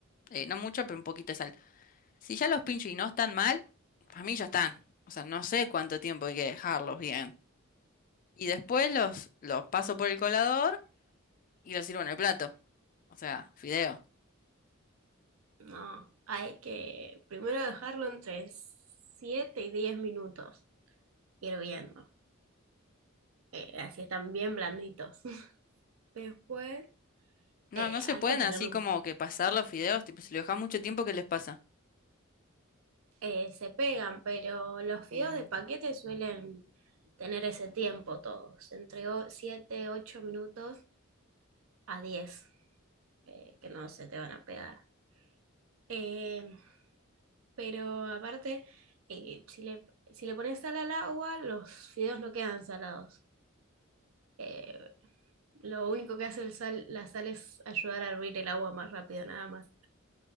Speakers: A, on the left; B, on the right.
A: Eh, no mucho, pero un poquito de sal. Si ya los pincho y no están mal, para mí ya están. O sea, no sé cuánto tiempo hay que dejarlos bien. Y después los, los paso por el colador y los sirvo en el plato. O sea, fideo.
B: No, hay que primero dejarlo entre 7 y 10 minutos hirviendo, eh, así están bien blanditos. <laughs> Después
A: No,
B: eh,
A: no se
B: hay
A: pueden
B: que ponerlo,
A: así como
B: un-
A: que pasar los fideos. Tipo, si lo dejas mucho tiempo, ¿qué les pasa?
B: eh, se pegan, pero los fideos
A: Mm.
B: de paquete suelen tener ese tiempo todos, entre 7 8 minutos a diez eh, que no se te van a pegar. Eh, pero aparte, eh, si le, si le pones sal al agua, los fideos no quedan salados. Eh, lo único que hace el sal, la sal es ayudar a hervir el agua más rápido, nada más.